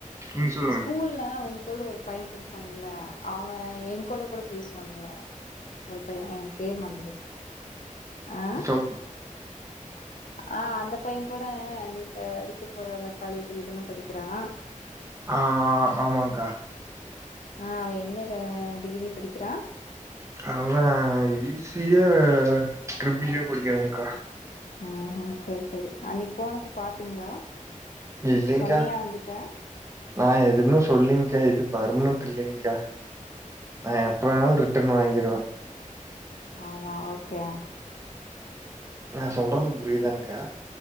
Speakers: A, on the right (about 20°); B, on the left (about 75°).
A: நீங்க சொல்லுங்க
B: ஸ்கூல்ல உங் கூட ஒரு பயன் படிச்சான்ல அவன் என் கூட கூட பேசுவான்ல ஒரு பயன் எனக்கு பேர் மறந்து போச்சு ஆ
A: அசோக்
B: ஆ அந்த பையன் கூட ஆ நீ இப்ப விட்டு போற அந்த காலேஜ்லதானே படிக்கிறான்
A: ஆ ஆமாங் க்கா
B: ஆ அவ என்னது டிகிரி படிக்கிறா
A: அவன் ஈசியா ட்ரிபில் ஈயோ படிக்கிறான்க்கா
B: ம் ம் செரி செரி அன்னிக்கு போனப்ப பாத்துருந்த
A: இல்லைங்க்கா
B: சொன்னியா அவங்கிட்ட
A: நான் எதுமே சொல்லீங்க்கா இது பர்மனன்ட் இல்லிங்க்கா நா
B: ஆ
A: எப்ப வேணாலும் ரிட்டர்ன் வாங்கிடுவேன்
B: ஆமா ஓகே
A: நான் சொல்றது புரியுதாங்க் க்கா